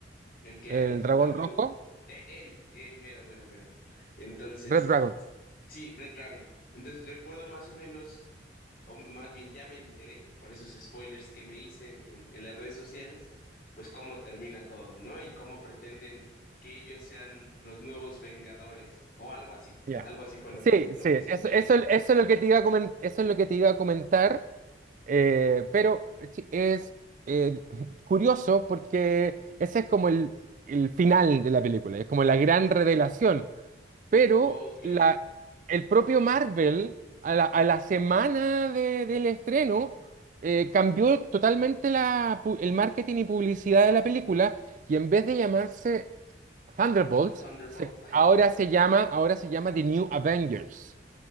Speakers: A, on the left; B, on the right.
A: El que
B: El
A: en
B: dragón
A: Black Widow,
B: rojo,
A: eh, él, él, mero, mero, mero. Entonces,
B: Red Dragon.
A: sí, Red Dragon. Entonces recuerdo más o menos, o m- más bien ya me enteré por esos spoilers que me hice en, en- en las redes sociales, pues cómo termina todo, ¿no? Y cómo pretenden que ellos sean los nuevos Vengadores o algo así, ¿no?
B: ya.
A: Algo así fue lo
B: Sí,
A: que, lo
B: sí,
A: que escuché.
B: eso, eso, eso es lo que te iba a comen- eso es lo que te iba a comentar, eh, pero chi- es eh, curioso porque ese es como el, el final de la película, es como la gran revelación. Pero
A: Ok,
B: la, el propio Marvel, a la, a la semana de- del estreno, eh, cambió totalmente la pu- el marketing y publicidad de la película y en vez de llamarse Thunderbolts,
A: Th- Thunderbolts,
B: se-
A: ajá.
B: ahora se llama, ahora se llama The New Avengers.